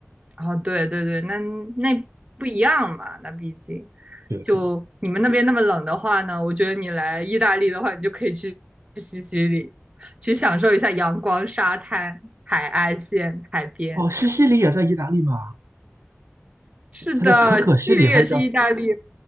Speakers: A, on the right; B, on the right.
A: 哦，对对对，那那不一样嘛，那毕竟
B: 对，
A: 就你们那边那么冷的话呢，
B: 是的。
A: 我觉得你来意大利的话，你就可以去去西西里，去享受一下阳光、沙滩、海岸线、海边。
B: 哦，西西里也在意大利吗？
A: 是的，
B: 它叫可可西里还是叫西？
A: 西西里也是意大利，